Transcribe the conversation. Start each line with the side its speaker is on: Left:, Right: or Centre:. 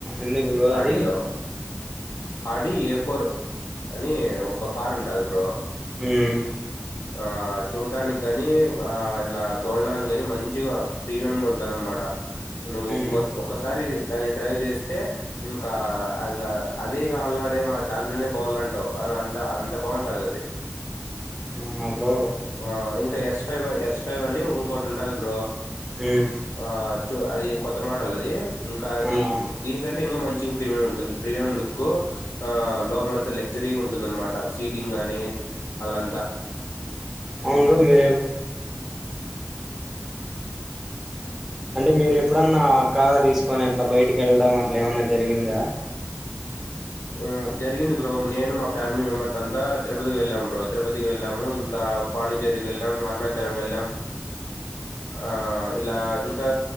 Centre: ఎందుకు బ్రో
Left: అడిలో
Centre: అది
Left: అడి ఎఫ్ ఫోర్ అని ఒక కార్ ఉంటంది బ్రో
Centre: మ్
Left: ఆ చూడ్డానికి కాని, ఆ ఇట్లా తోలడానికి కాని మంచిగా ప్రీమియం గా ఉంటద అనమాట నువ్వుం
Centre: ఉమ్
Left: ఒకసారి దాన్ని డ్రైవ్ చేస్ తె ఇంకా ఇంకా అదే కావాల అదే మా దాంట్లోనే పోవాలంటావు, అది అంత అంత బాగుంటది అది
Centre: అవునా బ్రో
Left: ఆ ఇంకా ఎస్ ఫైవ్ ఎస్ ఫైవ్ అని ఇంకోటి ఉంటుంది బ్రో
Centre: ఉమ్
Left: ఆ చొ అది కొత్త మోడల్ అది ఇంకా అది
Centre: అవునా
Left: దీనికంటే ఇంకా మంచి ప్రీమియం ఉంటుంది ప్రీమియం లుక్ ఆ లోపలంత లగ్జరీగా ఉంటుంద అనమాట సీటింగ్ ని నే అలంత
Centre: అవును బ్రో మీరేం అంటే మీరు ఎప్పుడన్నా కార్ తీసుకొని అట్లా, బయటికి వెళ్ళడం అట్లా ఏమన్నా జరిగిందా.
Left: ఆ జరిగింది బ్రో నేను మా ఫ్యామిలీ మెంబెర్స్, అంతా తిరుపతికి వెళ్ళాం బ్రో, తిరుపతికి వెళ్ళాము, ఇంకా పాండిచ్చేరికి వెళ్ళాం, అరుణాచలం వెళ్ళాం. ఆ ఇలా ఇంకా